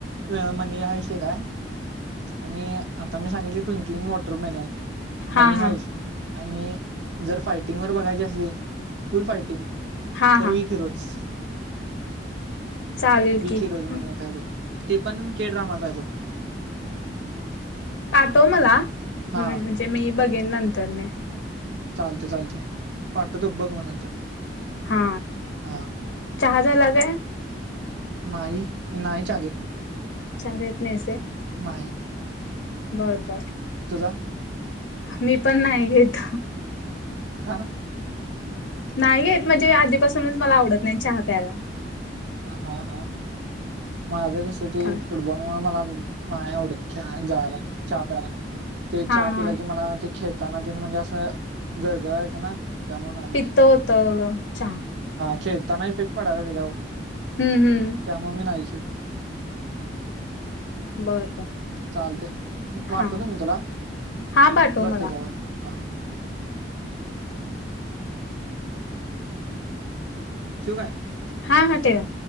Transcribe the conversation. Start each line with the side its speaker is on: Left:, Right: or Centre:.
Right: हा एक विषय <inaudible> <unintelligible> आणि आता मी सांगितले ट्विंकलिंग वाटर पॅनल
Left: हा
Right: मनी हायस्ट.
Left: हा
Right: आणि जर फायटिंग वर बघायची असली तर फुल फायटिंग.
Left: हा
Right: तर
Left: हा
Right: बिफोरस.
Left: चालेल
Right: विखी
Left: की
Right: रोज
Left: हम्म,
Right: म्ह का आहे बघ ते पण के ड्रामाच आहे बघ.
Left: पाठव मला
Right: हा
Left: म्हणजे मी बघेन नंतरने.
Right: चालते चालते वाटततो बघ मग नंतर.
Left: हा
Right: हा
Left: चहा झाला काय.
Right: नाही मी नाही चहा घेत.
Left: चहा घेत नाहीस व्हय.
Right: हाय.
Left: बर बर.
Right: तुझा?
Left: मी पण नाही घेत.
Right: का?
Left: नाहीे घेत म्हणजे आधीपासूनच मला‌ आवडत नाही चहा प्यायला.
Right: हा हा माझं कस ते
Left: त्यामुळे.
Right: फुटबॉलमुळे मला. नाही आवडत खेळायला जायला चा प्याला ते
Left: हा
Right: चा पिला
Left: हा
Right: की मला. खेताना तन म्हणजे असं ज जळायचं ना. त्यामुळे नाही मी
Left: पित्त
Right: घेत.
Left: होत चहा
Right: खेळताना इफेक्ट पडाला त्याच्यावर
Left: हम्म हम्म
Right: त्यामुळे मी नाही घेत.
Left: बर.
Right: चालते
Left: हा
Right: वाटतत मी तुला
Left: हा पाठव
Right: बतेजवर
Left: मला
Right: हा. शू काय?
Left: हा हा तेव.